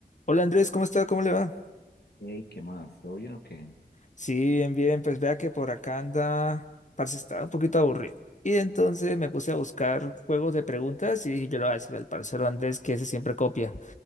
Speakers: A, on the left; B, on the left.
A: Hola Andrés, ¿cómo está? ¿Cómo le va?
B: Hey, ¿qué más? ¿Todo bien o qué?
A: Sí, bien, bien, pues vea que por acá anda, parce, estaba un poquito aburrido. Y entonces me puse a buscar juegos de preguntas y dije, yo le voy a decir al parcero Andrés que ese siempre copia.